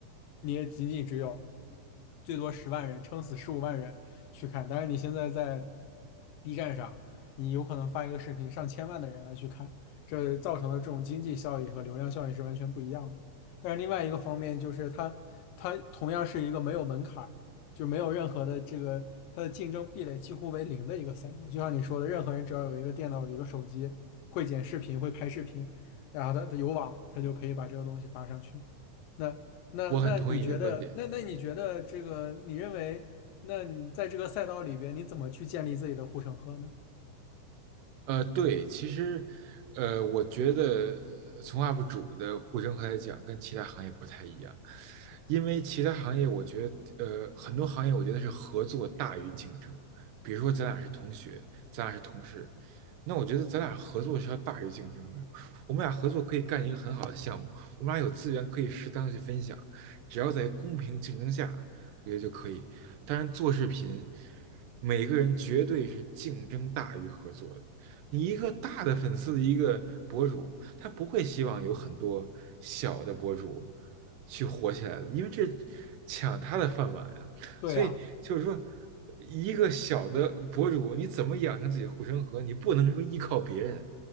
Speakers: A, on the left (about 85°); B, on the right (about 80°).
A: 你也仅仅只有最多十万人，撑死十五万人去看。但是你现在在 B 站上，你有可能发一个视频，上千万的人来去看，这造成的这种经济效益和流量效益是完全不一样的。但是另外一个方面就是它，它同样是一个没有门槛。就没有任何的这个它的竞争壁垒几乎为零的一个赛道。就像你说的，任何人只要有一个电脑、有一个手机，会剪视频、会拍视频，然后他他有网，他就可以把这个东西发上去。那那那你觉得，
B: 我很同意你的观点。
A: 那那你觉得这个，你认为，那你在这个赛道里边，你怎么去建立自己的护城河呢？
B: 呃，对，其实，呃，我觉得呃从 UP 主的呼声来讲，跟其他行业不太一样，因为其他行业，我觉得，呃，很多行业我觉得是合作大于竞争。比如说，咱俩是同学，咱俩是同事，那我觉得咱俩合作是要大于竞争的。我们俩合作可以干一个很好的项目，我们俩有资源可以适当的去分享，只要在公平竞争下，我觉得就可以。当然，做视频，每个人绝对是竞争大于合作的。你一个大的粉丝的一个博主，他不会希望有很多小的博主去火起来的，因为这抢他的饭碗呀。
A: 对呀，
B: 所以就是说，一个小的博主，你怎么养成自己护城河？你不能说依靠别人，